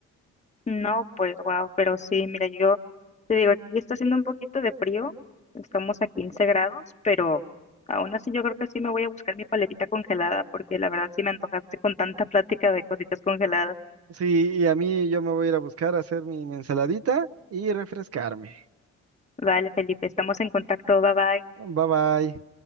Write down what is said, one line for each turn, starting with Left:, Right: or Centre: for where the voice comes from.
Left: No, pues wow, pero sí, mira, yo te digo, aquí está haciendo un poquito de frío, estamos a 15 grados, pero aún así yo creo que sí me voy a buscar mi paletita congelada, porque la verdad sí me antojaste con tanta plática de cositas congeladas.
Right: Sí, y a mí yo me voy a ir a buscar a hacer mi mi ensaladita y refrescarme.
Left: Vale, Felipe, estamos en contacto, bye bye.
Right: Bye bye.